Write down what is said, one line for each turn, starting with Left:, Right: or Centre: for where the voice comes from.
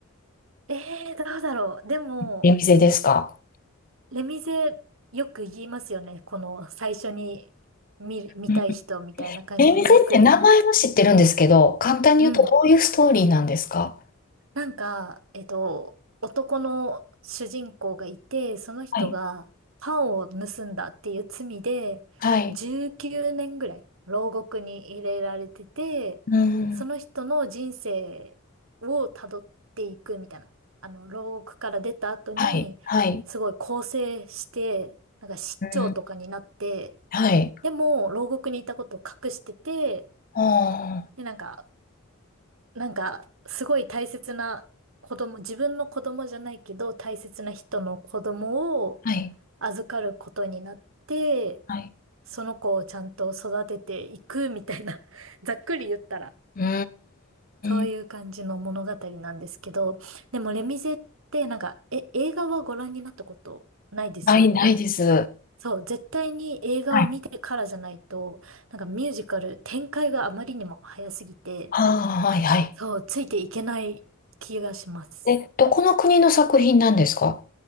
Right: えー、どうだろう。でも、
Left: 出店ですか
Right: レミゼよく言いますよね。この最初に見る、見たい人みたいな感じでよく。
Left: うん出店って名前は知ってるんですけど、簡単に言うとどういうストーリーなんですか
Right: うん。なんか、えっと、男の主人公がいて、その人がパンを盗んだっていう罪で、
Left: はいはい。
Right: 19年ぐらい牢獄に入れられてて、
Left: うん。
Right: その人の人生をたどっていくみたいな。あの、牢獄から出た後に、
Left: はい。はい。
Right: すごい更生して、なんか市長とかになって、
Left: うん。はい。
Right: でも、牢獄にいたことを隠してて、
Left: ああ。
Right: で、なんか、なんか、すごい大切な子供、自分の子供じゃないけど、大切な人の子供を
Left: はい。
Right: 預かることになって、
Left: はい。
Right: その子をちゃんと育てていくみたいな、<laughs> ざっくり言ったら、
Left: うー
Right: そういう感じの物語なんですけど、
Left: ん。
Right: でもレミゼってなんか、え、映画はご覧になったことないですよね
Left: ない、ないです。は
Right: そう、絶対に映画を見てからじゃないと、
Left: い。
Right: なんかミュージカル展開があまりにも早すぎて、
Left: ああ、はい、はい。
Right: そう、ついていけない気がします。
Left: え、どこの国の作品なんですか